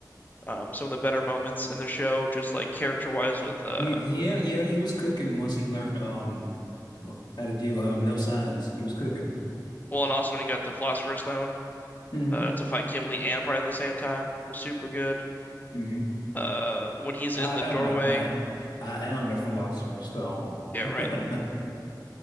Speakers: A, on the left (about 25°); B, on the left (about 75°).
A: um some of the better moments in the show, just like character wise with uh
B: Yeah, yeah, he was cooking once he learned um how to do um no signs. He was cooking.
A: well and also when he got the Philosopher's Stone
B: hmm
A: uh to fight Kimberly and Pride at the same time was super good.
B: hmm
A: Uh when he's in
B: I
A: the
B: am
A: doorway,
B: the I I am the Philosopher's Stone.
A: yeah,
B: <laughs>
A: right.